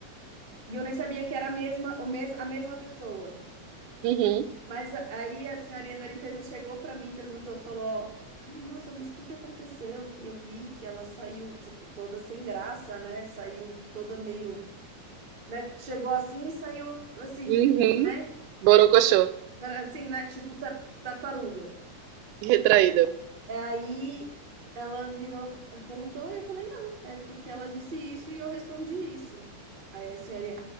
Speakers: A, on the right; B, on the right.
A: E eu nem sabia que era a mesma, o mes a mesma pessoa.
B: Uhum.
A: Mas a- aí a senhorinha da limpeza chegou pra mim, perguntou, falou: Ai, nossa, mas o que que aconteceu? Que eu vi que ela saiu, tipo, toda sem graça, né? Saiu toda meio. né? Chegou assim e saiu assim,
B: Uhum.
A: né?
B: Borocochô.
A: Assim, né? Tipo tar- tartaruga.
B: Retraída.
A: É, Aí ela virou, perguntou, e eu falei, não, é porque ela disse isso e eu respondi isso. Aí a senhorinha,